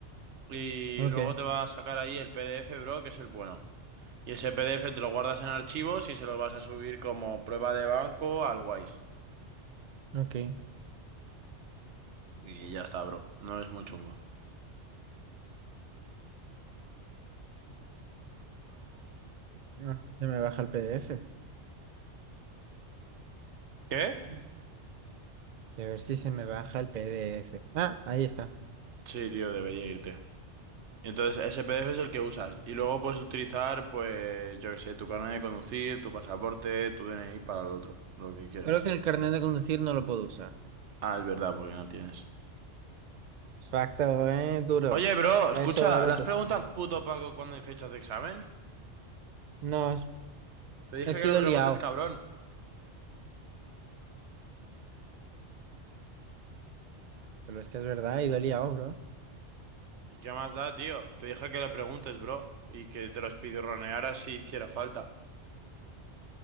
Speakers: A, on the right; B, on the right.
A: y
B: Ok,
A: luego te va a sacar ahí el PDF, bro, que es el bueno. Y ese PDF te lo guardas en archivos y se lo vas a subir como prueba de banco al Wise.
B: ok.
A: Y ya está, bro. No es muy chungo.
B: Ah, Se me baja el PDF.
A: ¿Qué?
B: A ver si se me baja el PDF. Ah, ahí está.
A: Sí, tío, debería irte. Entonces, ese PDF es el que usas. Y luego puedes utilizar, pues, yo qué sé, tu carnet de conducir, tu pasaporte, tu DNI para el otro, lo que quieras.
B: Creo que el carnet de conducir no lo puedo usar.
A: Ah, es verdad, porque no tienes.
B: Facto, eh, duro.
A: Oye, bro, escucha,
B: A Eso era
A: ¿las
B: tu.
A: preguntas
B: No,
A: puto Paco cuando hay fechas de examen?
B: No, es
A: Te dije
B: es que
A: que lo
B: he ido
A: preguntes,
B: liado.
A: cabrón.
B: Pero es que es verdad, he ido liado, bro.
A: ¿Y qué más da, tío? Te dije que le preguntes, bro. Y que te los pidorronearas si hiciera falta.